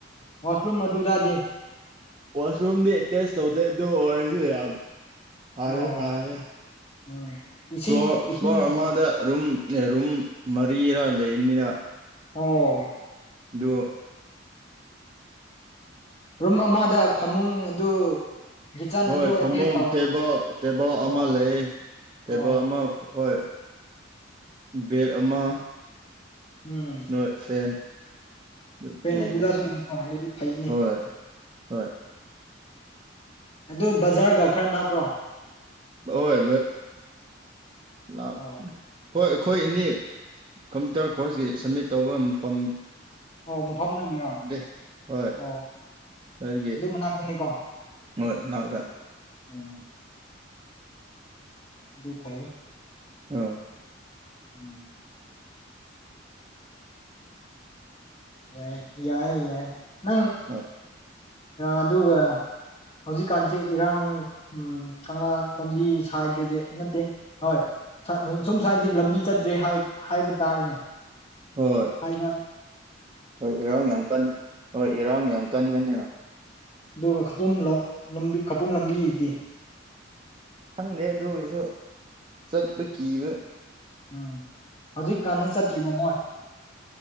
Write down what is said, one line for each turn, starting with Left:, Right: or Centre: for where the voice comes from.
Left: ꯋꯥꯁꯔꯨꯝ ꯃꯗꯨꯗꯥꯗꯤ
Right: ꯋꯥꯁꯔꯨꯝꯗꯤ ꯑꯦꯇꯦꯁ ꯇꯧꯗꯦ ꯑꯗꯨ ꯑꯣꯏꯔꯁꯨ ꯌꯥꯝ ꯐꯔꯦ
Left: ꯑꯣ
Right: ꯐꯔꯦ
Left: ꯎꯝ ꯏꯁꯤꯡ
Right: ꯐ꯭ꯂꯣꯔ
Left: ꯏꯁꯤꯡ
Right: ꯐ꯭ꯂꯣꯔ ꯑꯃꯗ ꯔꯨꯝ ꯔꯨꯝ ꯃꯔꯤꯔꯥ ꯂꯩꯕꯅꯤꯅ
Left: ꯑꯣ
Right: ꯗꯨ
Left: ꯔꯨꯝ ꯑꯃꯗ ꯐꯃꯨꯡ ꯑꯗꯨ ꯀꯤꯠꯆꯟ
Right: ꯍꯣꯏ
Left: ꯑꯗꯨ
Right: ꯐꯃꯨꯡ
Left: ꯑꯦꯇꯦꯁ ꯇꯧ
Right: ꯇꯦꯕꯜ ꯇꯦꯕꯜ
Left: ꯑꯣ
Right: ꯑꯃ ꯂꯩ ꯇꯦꯕꯜ
Left: ꯑꯣ
Right: ꯑꯃ ꯍꯣꯏ ꯕꯦꯠ ꯑꯃ꯫
Left: ꯎꯝ꯫
Right: ꯅꯣꯏ ꯐꯦꯟ ꯑꯗꯨ
Left: ꯄꯦꯟ
Right: ꯂꯩꯗ
Left: ꯑꯗꯨꯗꯁꯨ ꯂꯩꯕ ꯑꯗꯨꯗꯤ ꯐꯩꯅꯦ
Right: ꯍꯣꯏ ꯍꯣꯏ
Left: ꯑꯗꯣ ꯕꯖꯥꯔꯒ ꯈꯔ ꯅꯛꯄ꯭ꯔꯣ꯫
Right: ꯍꯣꯏ <unintelligible>
Left: ꯑꯣ
Right: ꯑꯩꯈꯣꯏ ꯑꯅꯤ ꯀꯝꯄ꯭ꯌꯨꯇꯔ ꯀꯣꯔꯁꯀꯤ ꯁꯕꯃꯤꯠ ꯇꯧꯕ ꯃꯐꯝ
Left: ꯑꯣ ꯃꯐꯝ ꯅꯪꯒꯤꯔꯣ
Right: <unintelligible> ꯍꯣꯏ
Left: ꯑꯣ
Right: ꯑꯩꯒꯤ
Left: ꯑꯗꯨ ꯃꯅꯥꯛꯇꯅꯤꯀꯣ
Right: ꯃꯣꯏ ꯃꯅꯥꯛꯇ꯫
Left: ꯎꯝ ꯗꯨ ꯐꯩꯌꯦ꯫
Right: ꯎꯝ꯫
Left: ꯎꯝ꯫ ꯌꯥꯏ ꯌꯥꯏ ꯌꯥꯏ ꯅꯪ
Right: ꯍꯣꯏ
Left: ꯑꯗꯨꯒ ꯍꯧꯖꯤꯛꯀꯥꯟꯁꯦ ꯏꯔꯥꯡ ꯎꯝ ꯀꯪꯂꯥ ꯇꯣꯝꯕꯤ ꯁꯥꯏꯗꯗꯤ ꯅꯠꯇꯦ ꯍꯣꯏ ꯎꯝ ꯁꯨꯝ ꯁ꯭ꯋꯥꯏꯗꯤ ꯂꯝꯕꯤ ꯆꯠꯇ꯭ꯔꯤ ꯍꯥꯢ ꯍꯥꯏꯕ ꯇꯥꯔꯦꯅꯦ
Right: ꯍꯣꯏ
Left: ꯍꯥꯏ
Right: ꯍꯣꯏ ꯏꯔꯥꯡ ꯌꯥꯝ ꯀꯟꯕ ꯍꯣꯏ ꯏꯔꯥꯡ ꯌꯥꯝ ꯀꯟꯕꯅꯤꯅ꯫
Left: ꯗꯨꯒ ꯈꯧꯄꯨꯝ ꯔꯣꯝ ꯂꯝꯕꯤ ꯈꯧꯄꯨꯝ ꯂꯝꯕꯤꯗꯤ꯫
Right: ꯈꯪꯗꯦ ꯑꯗꯨ ꯑꯣꯏ ꯁꯨ ꯆꯠꯄ ꯀꯤꯕ
Left: ꯎꯝ ꯍꯧꯖꯤꯛꯀꯥꯟꯖꯦ ꯆꯠꯇ꯭ꯔꯤꯕꯣ ꯃꯣꯏ꯫